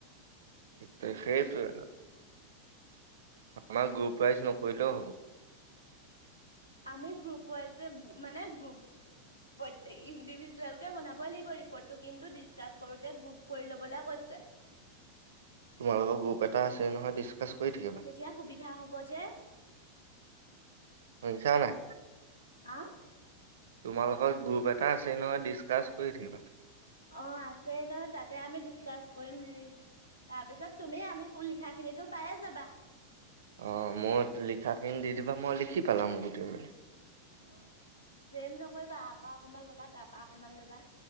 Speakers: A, on the right; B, on the left.
A: ত সেইটোৱে ন আমাৰ গ্ৰুপ প্ৰাইজ নকৰিলেও হ'ব
B: আমি গ্ৰুপ ৱাইজ মানে গ্ৰুপ। প্ৰত্যেক ইণ্ডিভিজুৱেলকে বনাবই লাগিব ৰিপ'ৰ্টটো কিন্তু ডিছকাছ কৰোতে গ্ৰুপ কৰি ল'বলৈ কৈছে
A: তোমালোকৰ গ্ৰুপ এটা আছে নহয় ডিচকাচ কৰি থাকিবা
B: তেতিয়া সুবিধা হব যে।
A: শুনিছা নাই?
B: আহ
A: তোমালোকৰ গ্ৰুপ এটা আছেই নহয় ডিচকাছ কৰি থাকিবা
B: অ আছেই ন তাতে আমি ডিচকাচ কৰিম হেই তাৰ পিছত তুমি আমি লিখা খিনিটো পায়ে যাবা
A: অ মোৰ লিখাখিনি দি দিবা মই লিখি পেলাম গোটেই মি
B: অ ছেম নকৰিবা আপা অকমান ল'বা তাৰ পৰা অকমান ল'বা